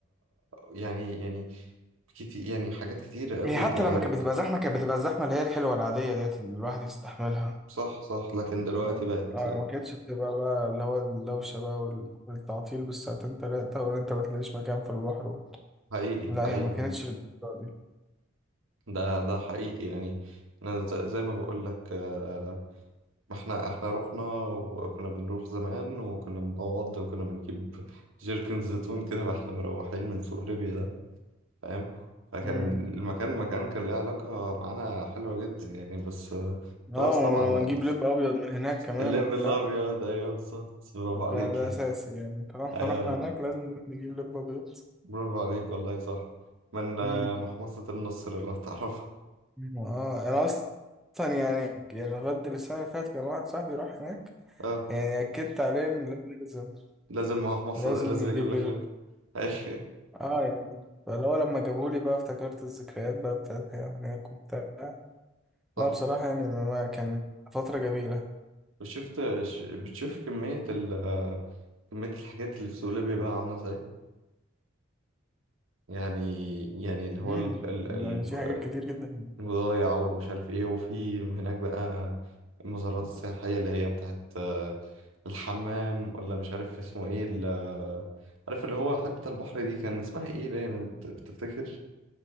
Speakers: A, on the right (about 80°); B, in the centre.
A: يعني يعني كتير يعني حاجات كتيرة قوي
B: هي حتى
A: اتغيرت
B: لما كانت بتبقى زحمة كانت بتبقى الزحمة اللي هي الحلوة العادية ديت اللي الواحد يستحملها
A: صح صح لكن دلوقتي
B: ما
A: بقت
B: اه ما كانتش بتبقى بقى اللي هو الدوشة بقى وال- والتعطيل بالساعتين تلاتة وإن أنت ما تلاقيش مكان في البحر
A: حقيقي
B: لا
A: حقيقي
B: هي ما كانتش للدرجة دي
A: ده ده حقيقي يعني انا ز- زي ما بقول لك آه، آه، احنا احنا رحنا وكنا بنروح زمان وكنا بنقعد وكنا بنجيب جيركن زيتون كده واحنا مروحين من سوق ليبيا ده فاهم فكان
B: امم
A: المكان مكان كان ليه علاقة معانا حلوة جدا يعني بس آه،
B: اه
A: خلاص
B: ون-
A: طبعا بقى
B: ونجيب لب أبيض من هناك كمان
A: الليف
B: وبتاع
A: الابيض ايوه بالظبط برافو
B: ده
A: عليك
B: ده
A: يعني
B: أساسي يعني طالما
A: ايوه
B: <laughs> رحنا هناك لازم نروح نجيب لب أبيض
A: برافو عليك والله صح من آه،
B: امم
A: محمصة النصر لو تعرف
B: اه أنا أصلا يعني يعني لغاية السنة اللي فاتت كان واحد صاحبي راح هناك
A: اه
B: يعني أكدت عليه إن لا- لازم
A: لازم ما مصر
B: لازم
A: لازم
B: يجيب
A: اجيب لك
B: لي لب
A: لب <laughs> أيوة.
B: اه يعني فلو لما جابولي بقى افتكرت الذكريات بقى بتاعتها هناك وبتاع
A: صح
B: لا بصراحة يعني ما كان فترة جميلة
A: وشفت ش- بتشوف كمية ال كمية الحاجات اللي في سوق ليبيا بقى عاملة ازاي يعني يعني اللي هو
B: امم
A: ال- ال- ال-
B: يعني في حاجات كتير جدا
A: البضايع ومش عارف ايه وفي هناك بقى المزارات السياحية اللي هي بتاعت آه، الحمام ولا مش عارف اسمه ايه ال- آه، عارف اللي هو حتة البحر دي كان اسمها ايه باين انت بتفتكر